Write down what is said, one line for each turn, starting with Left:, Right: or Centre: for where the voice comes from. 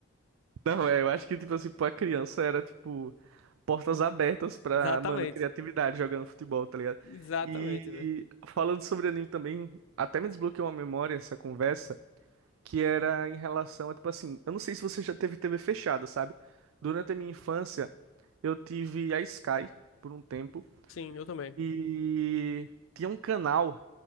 Right: Não, é, eu acho que, tipo assim, pra criança era, tipo, portas abertas pra,
Left: Exatamente.
Right: mano, criatividade jogando futebol, tá ligado?
Left: Exatamente,
Right: E
Left: velho.
Right: falando sobre anime também, até me desbloqueou uma memória essa conversa, que era em relação a, tipo assim, eu não sei se você já teve TV fechada, sabe? Durante a minha infância, eu tive a Sky por um tempo
Left: Sim, eu também.
Right: e tinha um canal